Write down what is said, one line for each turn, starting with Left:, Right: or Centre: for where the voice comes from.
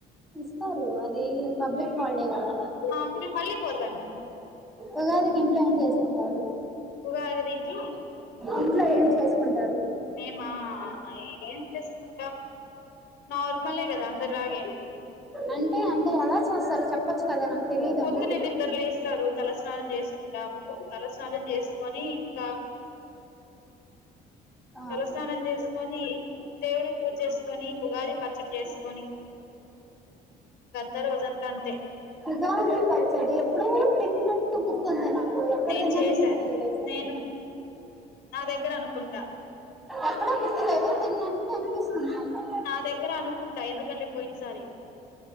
Centre: ఇస్తారు అది పబ్లిక్ హాలిడే కద
Left: ఆ అప్పుడు నేను మళ్ళీ పోతాను
Centre: ఉగాదికి ఇంట్లో ఏమనా చేసుకుంటారు
Left: ఉగాదికి
Centre: ఇంట్లో ఏం చేసుకుంట
Left: మేము ఏం చేస్తా కా నార్మలే కదా అందరి లాగే
Centre: అంటే అంటే ఎలా చేస్తారు చెప్పచ్చు కదా నాకు తెలియదు
Left: పొద్దునేన్న
Centre: అందుకే
Left: ఇద్దరులే వస్తారు తలస్నానం చేసుకుంటా తలస్నానం చేసుకొని ఇంకా
Centre: ఆ
Left: తలస్నానం చేసుకొని దేవుడి పూజ చేసుకొని ఉగాది పచ్చడి చేసుకొని గద్ద రోజంతా అంతే
Centre: ఉగాది పచ్చడి ఎప్పుడో తిన్నట్టు గుర్తుంది నాకు ఎక్కడ
Left: నేను
Centre: తిన్నానో
Left: చేసా
Centre: గుర్తులేదు
Left: నేను నా దగ్గర అనుకుంటా
Centre: ఎక్కడో గుర్తులేదు తిన్నట్టు అనిపిస్తుంది మళ్ళా
Left: నా దగ్గర అనుకుంటా ఎందుకంటే పోయిన సర